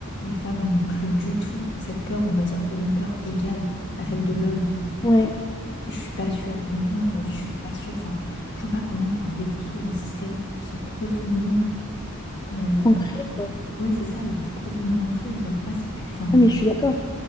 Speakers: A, on the left (about 55°); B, on the left (about 20°).
A: les femmes n'ont plus du tout cette peur, on va dire, ou une peur égale à celle de l'homme?
B: ouais,
A: Je suis pas sûre, honnêtement, aujourd'hui, je suis pas sûre. Enfin, je vois pas comment on pourrait déconstruire un système qui est profondément. euh,
B: ancré quoi.
A: Ouais, c'est ça, il est profondément ancré. Je vois pas ce que. Enfin,
B: Ah, mais je suis d'accord.